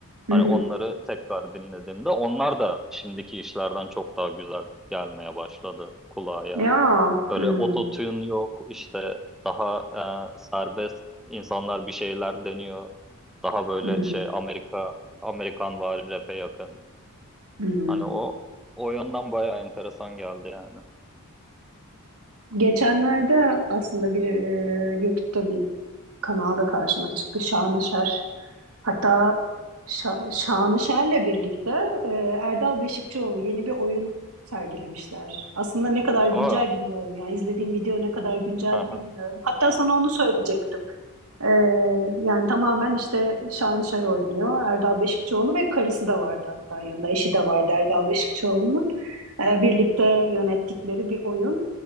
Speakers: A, on the right; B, in the centre.
A: Hı
B: hani
A: hı.
B: onları tekrar dinlediğimde onlar da şimdiki işlerden çok daha güzel gelmeye başladı kulağa yani.
A: Ya.
B: Böyle
A: Hmm.
B: ototune yok işte daha e, serbest insanlar bir şeyler deniyor. Daha böyle
A: Hı hı.
B: şey Amerika Amerikan vari rap'e yakın.
A: Hmm.
B: Hani o o yönden bayağı enteresan geldi yani.
A: Geçenlerde aslında bir e, YouTube'da bir kanalda karşıma çıktı Şanışer. Hatta Şa- Şanışer'le birlikte e, Erdal Beşikçioğlu yeni bir oyun sergilemişler. Aslında ne kadar
B: <laughs>
A: güncel
B: Aa,
A: bilmiyorum ya. İzlediğim video ne kadar günceldi
B: aha.
A: bilmiyorum. Hatta sana onu söyleyecektim. E, yani tamamen işte Şanışer oynuyor. Erdal Beşikçioğlu ve karısı da vardı hatta yanında. Eşi de vardı Erdal Beşikçioğlu'nun. E, birlikte yönettikleri bir oyun.